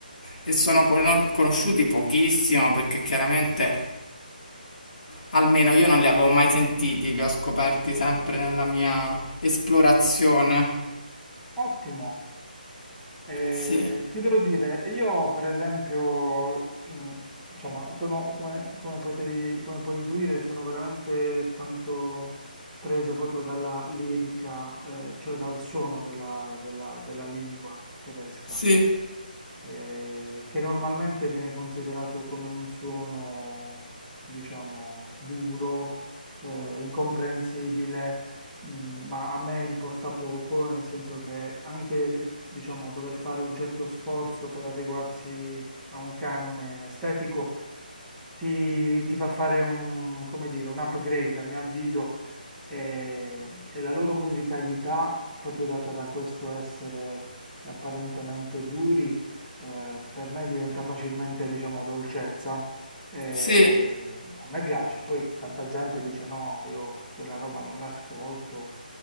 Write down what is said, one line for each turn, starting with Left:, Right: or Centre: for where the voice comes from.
Left: e sono cono- conosciuti pochissimo perché chiaramente almeno io non li avevo mai sentiti, li ho scoperti sempre nella mia esplorazione.
Centre: Ottimo. Eh,
Left: Sì,
Centre: ti devo dire, io per esempio, mh, insomma, sono come, come potevi, come puoi intuire, sono veramente tanto preso proprio dalla lirica, eh, cioè dal suono della della- della lingua tedesca.
Left: sì,
Centre: eh, che normalmente viene considerato come un suono, diciamo, duro, eh, incomprensibile, mm, ma a me importa poco, nel senso che anche, diciamo, dover fare un certo sforzo per adeguarsi a un canone estetico ti, ti fa fare un, come dire, un upgrade, a mio avviso, e, e la loro musicalità, proprio data da questo essere apparentemente duri, eh, per me diventa facilmente, diciamo, dolcezza. E
Left: sì.
Centre: a me piace, poi tanta gente dice no, io quella roba non l'ascolto.